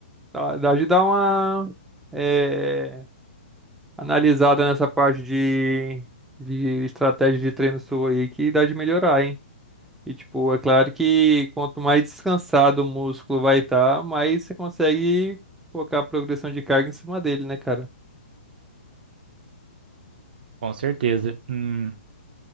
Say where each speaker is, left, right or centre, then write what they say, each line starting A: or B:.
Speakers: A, in the centre; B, on the right.
A: dá dá de dar uma. eh, analisada nessa parte de, de estratégia de treino sua aí que dá de melhorar, hein? E, tipo, é claro que quanto mais descansado o músculo vai estar, mais você consegue colocar a progressão de carga em cima dele, né, cara?
B: Com certeza. Hum,